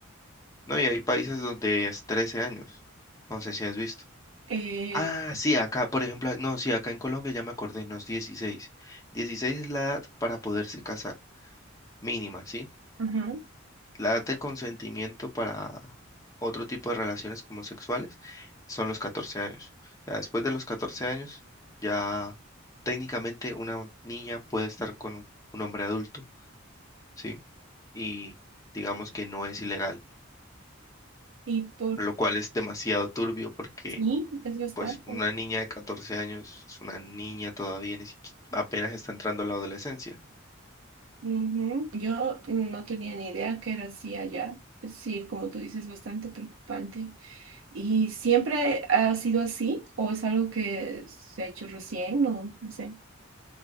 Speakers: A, on the left; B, on the right.
A: No, y hay países donde es 13 años. No sé si has visto.
B: Eh,
A: Ah, sí, acá, por ejemplo, no, sí, acá en Colombia ya me acordé, no es Dieciséis 16 es la edad para poderse casar, mínima, ¿sí?
B: ujú.
A: La edad de consentimiento para otro tipo de relaciones como sexuales son los 14 años. O sea, después de los 14 años, ya técnicamente una niña puede estar con un un hombre adulto, ¿sí? Y digamos que no es ilegal,
B: Y por
A: lo cual es demasiado turbio porque
B: Sí, es bastante.
A: pues una niña de 14 años es una niña todavía, ni siqui- apenas está entrando a la adolescencia.
B: Ujú. Yo no tenía ni idea que era así allá. Sí, como tú dices, bastante preocupante. ¿Y siempre ha sido así? ¿O es algo que se ha hecho recién? No, no sé.